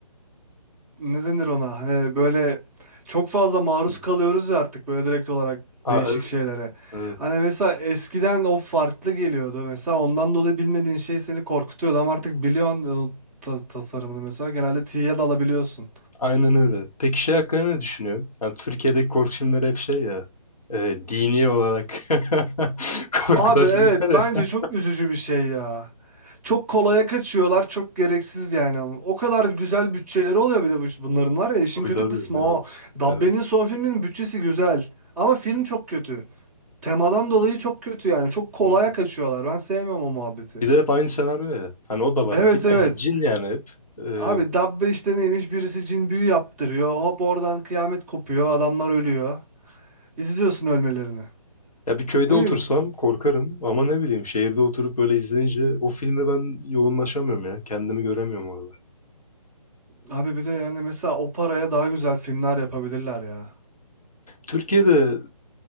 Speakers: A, in the centre; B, on the left.
A: ne denir ona? Hani böyle çok fazla maruz
B: Hı.
A: kalıyoruz ya artık böyle direkt olarak
B: Aa,
A: değişik
B: evet,
A: şeylere.
B: evet.
A: Hani mesela eskiden o farklı geliyordu. Mesela ondan dolayı bilmediğin şey seni korkutuyordu ama artık biliyorsun o ta- tasarımını mesela genelde tiye dalabiliyorsun.
B: Aynen öyle. Peki şey hakkında ne düşünüyorsun? Yani Türkiye'deki korku filmleri hep şey ya. e, dini olarak <laughs> korkudan
A: Abi evet
B: filmler ya.
A: bence çok üzücü bir şey ya. Çok kolaya kaçıyorlar, çok gereksiz yani. O kadar güzel bütçeleri oluyor bir de bu, bunların var
B: <laughs>
A: ya işin
B: Tabii
A: kötü
B: tabii.
A: kısmı
B: Evet.
A: o. Dabbe'nin
B: Evet.
A: son filminin bütçesi güzel ama film çok kötü. Temadan dolayı çok kötü yani. Çok kolaya
B: Hı.
A: kaçıyorlar. Ben sevmiyorum o muhabbeti.
B: Bir de hep aynı senaryo ya. Hani o da var.
A: Evet
B: Biliyorsun
A: evet.
B: ya cin yani hep. Ee,
A: Abi dabbe işte neymiş? Birisi cin büyü yaptırıyor. Hop oradan kıyamet kopuyor. Adamlar ölüyor. İzliyorsun ölmelerini.
B: ya bir köyde
A: Ne
B: otursam
A: bileyim
B: korkarım ama ne bileyim şehirde oturup böyle izleyince o filme ben yoğunlaşamıyorum ya. Kendimi göremiyorum orada.
A: abi bir de yani mesela o paraya daha güzel filmler yapabilirler ya.
B: Türkiye'de